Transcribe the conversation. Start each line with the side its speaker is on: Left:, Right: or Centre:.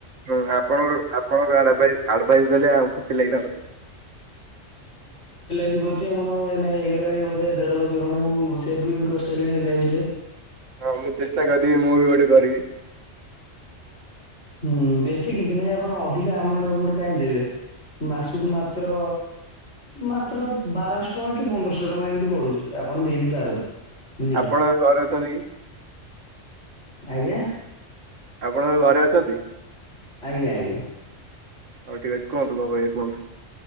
Right: ହୁଁ ଆପଣଙ୍କ ଆପଣଙ୍କ ଆଡ-ଆଡଭାଇସ ଦେଲେ ଆଉ ଖୁସି ଲାଗିଲ ମତେ।
Left: କରୁଚି ଆଉ ମୋର ଏଇନା ହେଇଗଲାଣି ବଧେ ଦେଢ ଲକ୍ଷ ଖଣ୍ଡେ ମୁଁ ସେଭିଙ୍ଗ କରିସାରିଲିଣି ଏଲ୍ଆଇସି ଥିରେ।
Right: ହଁ ମୁଁ ଚେଷ୍ଟା କରିବି ମୁଁ ବି ଗୋଟେ କରିବି।
Left: ହୁଁ ବେଶୀ କିଛି ନାଇଁ ଆପଣ ଅଧିକା ଆମାଉଣ୍ଟ ଆମଉଣ୍ଟ କାହିଁ ଦେବେ ମାସକୁ ମାତ୍ର ମାତ୍ର ବାରଶହ ଟଙ୍କା କି ପନ୍ଦରଶହ ଟଙ୍କା ଏମିତି ପଡୁଛି ଆପଣ ଦେଇ ବିି ପାରନ୍ତି। ବୁଝିଲେ
Right: ଆପଣ ଘରେ ଅଛନ୍ତି କି?
Left: ଆଜ୍ଞା
Right: ଆପଣଙ୍କ ଘରେ ଅଛନ୍ତି?
Left: ଆଜ୍ଞା ଆଜ୍ଞା
Right: ହଉ ଠିକ ଅଛି କୁହନ୍ତୁ କଣ କହିବା କୁହନ୍ତୁ।